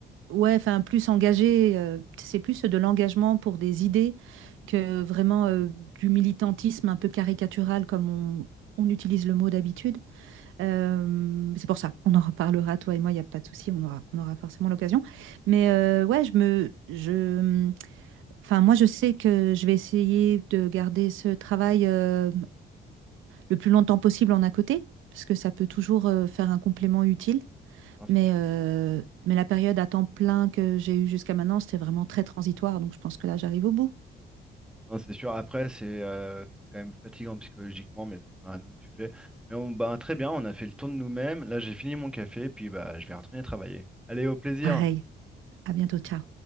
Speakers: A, on the right; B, in the centre.
A: ouais, enfin, plus engagé. euh, c'est plus de l'engagement pour des idées que vraiment euh, du militantisme un peu caricatural comme on, on utilise le mot d'habitude. Euh, c'est pour ça, on en reparlera, toi et moi, il n'y a pas de souci, on aura, on aura forcément l'occasion. Mais euh, ouais, je me, je, enfin, moi, je sais que je vais essayer de garder ce travail euh, le plus longtemps possible en à côté, parce que ça peut toujours euh, faire un complément utile.
B: Non, c'est
A: Mais,
B: sûr.
A: euh, mais la période à temps plein que j'ai eue jusqu'à maintenant, c'était vraiment très transitoire, donc je pense que là, j'arrive au bout.
B: Non, c'est sûr. Après, c'est euh, c'est quand même fatigant psychologiquement, mais ce sera un autre sujet. Mais on, bah, très bien, on a fait le tour de nous-mêmes. Là, j'ai fini mon café, puis bah, je vais retourner travailler. Allez, au plaisir!
A: Pareil, à bientôt, ciao.